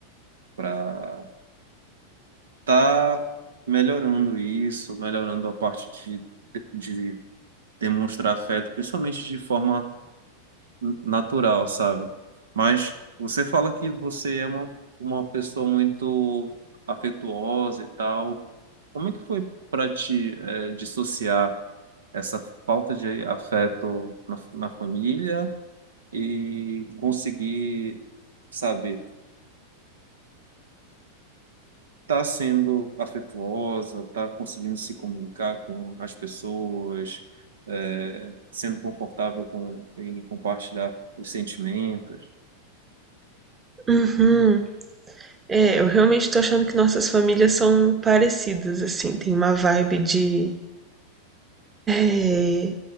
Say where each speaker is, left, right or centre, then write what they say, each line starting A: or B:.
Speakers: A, on the right; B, on the right.
A: para tá melhorando isso, melhorando a parte de, de demonstrar afeto, principalmente de forma natural, sabe? Mas você fala que você é uma, uma pessoa muito afetuosa e tal. Como é que foi para te eh, dissociar essa falta de afeto na, na família e conseguir, sabe, tá sendo afetuosa, tá conseguindo se comunicar com as pessoas, eh, sendo confortável com, em compartilhar os sentimentos?
B: Uhum. É, eu realmente tô achando que nossas famílias são parecidas, assim. Tem uma vibe de É,